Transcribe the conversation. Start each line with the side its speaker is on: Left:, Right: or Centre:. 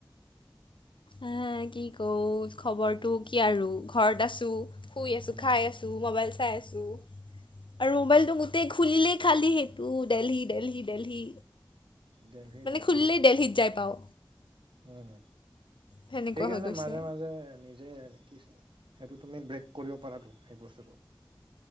Left: আ' কি কওঁ খবৰটো কি আৰু ঘৰত আছো, শুই আছো,
Right: উম,
Left: খাই আছো। টো, ম'বাইল চাই আছো। আৰু
Right: উম,
Left: ম'বাইলটো, গোতেই খুলিলেই খালি সেইটো দেলহি, দেলহি, দেলহি।
Right: দেলহি
Left: মানে
Right: দেলহি
Left: খুলিলেই দেলহিত যাই পাওঁ।
Right: উম'
Left: সেনেকুৱা
Right: সেইকাৰণে
Left: হৈ গৈছে
Right: মাজে, মাজে নিজে এন কিচ। সেইটো তুমি ব্ৰেক কৰিব পাৰাতো। সেই বস্তুটো।